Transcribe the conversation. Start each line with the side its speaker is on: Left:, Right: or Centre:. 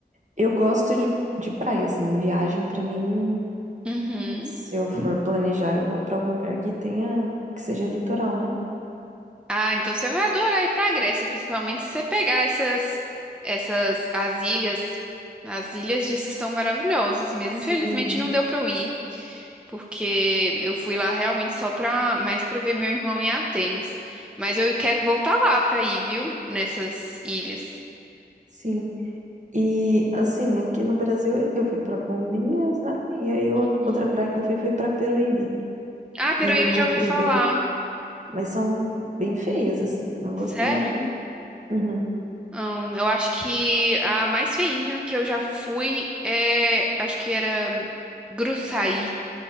Right: Eu gosto de, de praia, assim, viagem pra mim,
Centre: Uhum.
Right: se eu for planejar, eu vou pra algum lugar que tenha, que seja litoral, né?
Centre: Ah, então você vai adorar ir pra Grécia, principalmente se você pegar essas essas as ilhas. As ilhas diz que são maravilhosas mesmo.
Right: Sim.
Centre: Infelizmente não deu pra eu ir. porque eu fui lá realmente só pra, mais pra ver meu irmão em Atenas. Mas eu quero voltar lá pra ir, viu? Nessas ilhas.
Right: Sim. E assim, aqui no Brasil eu fui pra Bombinhas, né? E aí o-
Centre: Uhum.
Right: outra praia que eu fui foi pra Peruíbe,
Centre: Ah, Peruíbe
Right: Ilha
Centre: eu
Right: Comprida.
Centre: já ouvi falar.
Right: Mas são bem feias, assim. Não
Centre: Sério?
Right: gostei muito. não. Uhum.
Centre: Hum, eu acho que a mais feinha que eu já fui é, acho que era hum, Gruçaí,